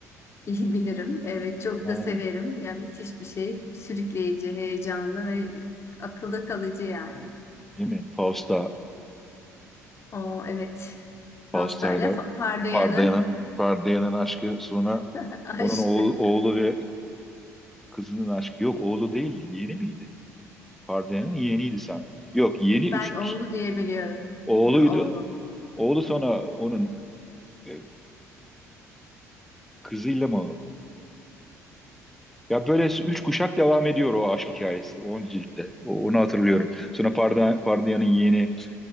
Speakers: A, on the left (about 30°); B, in the centre.
A: iyi bilirim. Evet çok
B: Ha,
A: da severim. Yani müthiş bir şey. Sürükleyici, heyecanlı ve akılda kalıcı yani.
B: değil mi? Fausta,
A: O evet. Pastayla
B: Fausta'yla
A: fa- Pardoyan'ın
B: Pardayan'ın Pardayan'ın aşkı sonra
A: <laughs> aşkı.
B: onun oğlu, oğlu ve kızının aşkı. Yok oğlu değil, yeğeni miydi? Pardayan'ın yeğeniydi sen. Yok, yeğeni
A: Ben
B: üç
A: oğlu diye biliyorum.
B: oğluydu.
A: Aha, oğlu.
B: Oğlu sonra onun e, kızıyla mı? Ya böyle üç kuşak devam ediyor o aşk hikayesi. 10 ciltte. O- Onu hatırlıyorum. Sonra Parda, Pardayan'ın yeğeni